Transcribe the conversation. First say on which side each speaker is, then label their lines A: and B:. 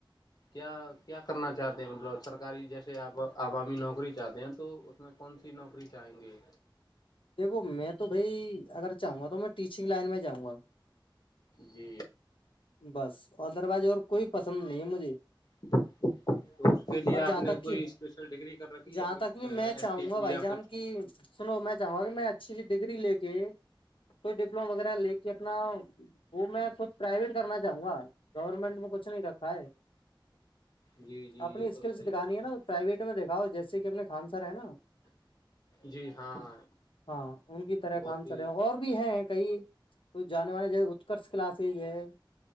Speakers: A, on the left (about 50°); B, on the left (about 80°).
A: کیا کیا کرنا چاہتے ہیں مطلب سرکاری جیسے آپ عوامی نوکری چاہتے ہیں تو اس میں کون سی نوکری چاہیں گے
B: دیکھو میں تو بھائی اگر چاہوں گا تو میں ٹیچنگ لائن میں جاؤں گا
A: جی
B: بس ادر وائز اور کوئی پسند نہیں ہے مجھے
A: <unintelligible> تو اس پہ دیا
B: اور
A: آپ
B: جہاں
A: نے
B: تک
A: کوئی
B: کہ
A: اسپیشل ڈگری کر رکھی
B: جہاں
A: ہے
B: تک بھی میں چاہوں
A: ایس ٹی س
B: گا بھائی
A: یا
B: جان
A: کچھ
B: کی سنو میں چاہوں گا کہ میں اچھی اچھی ڈگری لے کے کوئی ڈپلوما وغیرہ لے کے اپنا وہ میں خود پرائیویٹ کرنا چاہوں گا گورنمنٹ میں کچھ نہیں رکھا ہے
A: جی جی
B: اپنی
A: یہ
B: اسکلس
A: تو صحیح
B: دکھانی
A: کا
B: نا
A: ہے
B: پرائیویٹ میں دیکاؤ جیسے کہ اپنے خان سا ہے نا
A: جی ہاں
B: ہاں ان کی طرح
A: بہت
B: کان
A: ہی
B: سرے اور بھی ہیں کئی ک جانے والے جگ کس کلاسز ہے